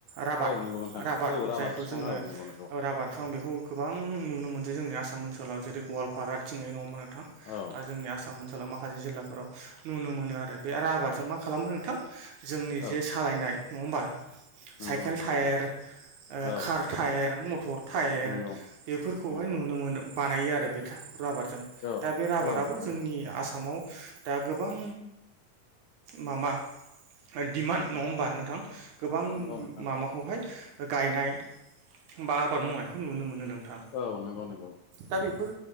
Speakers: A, on the right; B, on the left.
A: राबार
B: औ नंगौ नोंथां
A: राबार
B: औ
A: जायखौ
B: बिफां
A: जोङो
B: औ नंगौ नंगौ
A: राबार बेखौ गोबां नुनो मोनसो जोंनि आसाम ओनसोलाव जेरै गवालपारा थिङै नङा होमबा नो नोंथां
B: औ
A: दा जोंनि आसाम ओनसोलाव माखासे जिल्लाफोराव नुनो मोनो आरो बे रबादजों मा खालामो नोंथां। जोंनि जे
B: औ
A: सालायनाय नङा होमबा।
B: नंगौ
A: साइकेल
B: नोंथां
A: टायार
B: नंगौ
A: ओ
B: औ
A: कार टायार मटर टायेर
B: नंगौ
A: बेफोरखौहाय
B: नंगौ
A: नुनो मोनो बानायो आरो बे राबारजों
B: औ
A: दा बे राबाराबो
B: औ नोंथां
A: जोंनि आसामाव दा गोबां मामा डिमान्ड नङा होमबा नोंथां गोबां
B: नंगौ नोंथां
A: मामाखौहाय
B: नंगौ
A: गायनाय बा आबाद मावनायखौ नुनो मो नो नोंथां
B: औ नंगौ नंगौ
A: दा बेफोर